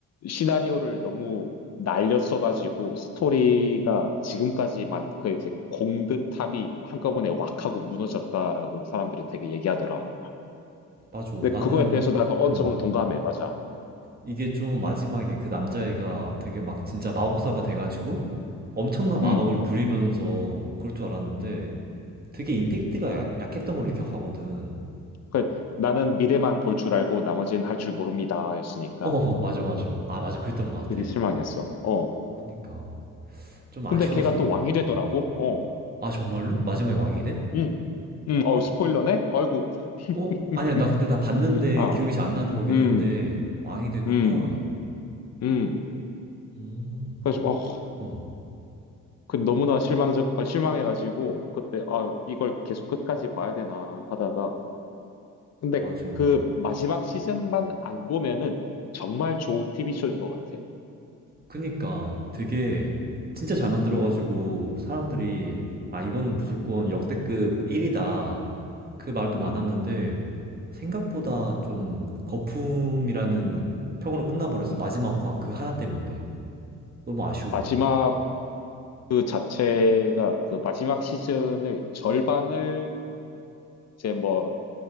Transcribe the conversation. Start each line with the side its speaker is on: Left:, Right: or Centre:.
Left: 시나리오를 너무 날렸어가지고 스토리가 지금까지만 그 이제 공든 탑이 한꺼번에 왁 하고 무너졌다라고 사람들이 되게 얘기하더라.
Right: 맞아.
Left: 근데
Right: 나는
Left: 그거에 대해서 나도 어느
Right: 음
Left: 정도 동감해. 맞아.
Right: 이게 좀 마지막에 그 남자애가
Left: 음.
Right: 되게 막 진짜 마법사가 돼가지고 엄청난
Left: 음.
Right: 마법을 부리면서 그럴 줄 알았는데
Left: 음.
Right: 되게 임팩트가 약, 약했던 걸로 기억하거든.
Left: 그 나는 미래만 볼 줄 알고 나머지는 할 줄 모릅니다. 였으니까
Right: 어 맞아 맞아. 아 맞아 그랬던 것
Left: 되게
Right: 같아.
Left: 실망했어. 어.
Right: 그니까 좀
Left: 근데
Right: 아쉬웠어.
Left: 걔가 또 왕이 되더라고.
Right: 어.
Left: 어.
Right: 아 정말로? 마지막에 왕이 돼?
Left: 음. 음. 어, 스포일러네? 아이고.
Right: 어? 아니야 나
Left: 음.
Right: 근데 나 봤는데
Left: 음. 아.
Right: 기억이 잘 안 나는 거긴
Left: 음.
Right: 한데 왕이 됐구나.
Left: 음. 음.
Right: 음,
Left: 그래서 어,
Right: 그, 어,
Left: 그 너무나 실망적 어, 실망해가지고 그때 아, 이걸 계속 끝까지 봐야 되나 하다가 근데
Right: 맞아.
Left: 그 마지막 시즌만 안 보면은 정말 좋은 TV쇼인 것 같아.
Right: 그니까 되게 진짜 잘 만들어가지고
Left: 음.
Right: 사람들이
Left: 음.
Right: 아, 이거는 무조건 역대급 1이다. 그 말도
Left: 음.
Right: 많았는데 생각보다
Left: 음.
Right: 좀 거품이라는 평으로 끝나버렸어.
Left: 음.
Right: 마지막 화 그 하나 때문에. 너무 아쉬워.
Left: 마지막 그 자체가 그 마지막 시즌의 절반을 이제 뭐